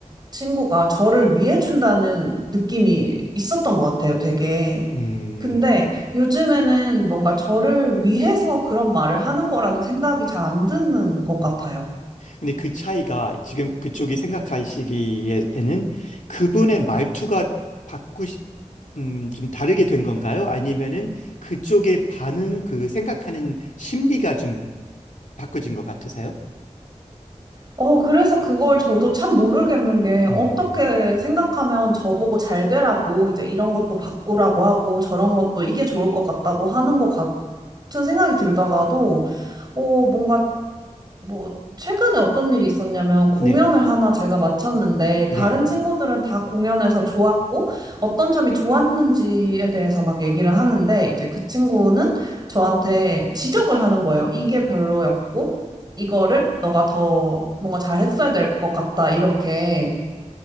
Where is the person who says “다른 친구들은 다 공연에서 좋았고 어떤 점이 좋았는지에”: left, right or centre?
Right